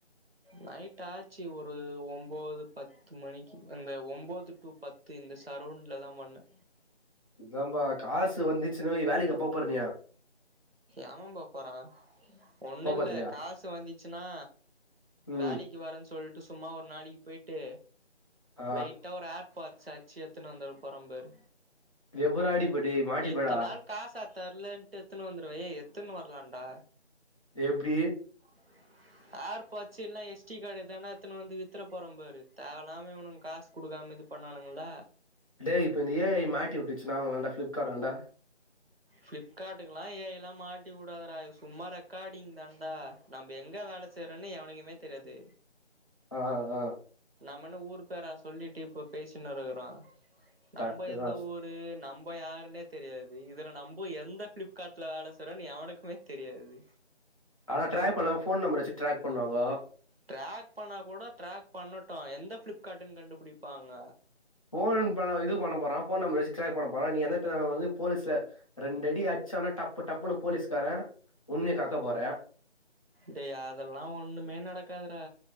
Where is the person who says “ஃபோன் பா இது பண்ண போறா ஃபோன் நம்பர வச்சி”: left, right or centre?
Left